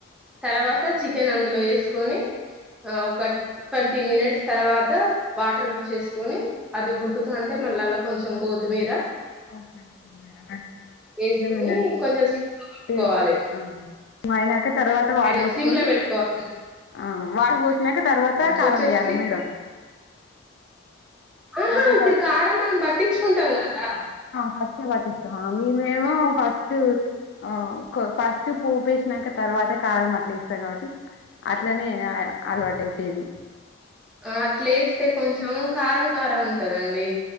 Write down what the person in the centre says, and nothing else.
తర్వాత
చికెన్ అందులో ఎస్ కోని ఒక ట్వంటీ మినిట్స్ తర్వాత వాటర్ పోసేసుకుొని అది ఉడుకు తంటే మళ్ళ అల్ల కొంచెం కోత్తిమీర
వేసుకుని
కొంచెం పెట్టుకోవాలి
మేడం
స్లిమ్ లో పెట్టుకోవాలి
కొంచెం
స్లిమ్
ఆహా
ఇప్పుడు
కారం మనం పట్టించుకుంటాం కదా
ఆ అట్లే ఎస్తే కొంచెం కారం కారం ఉంటదండి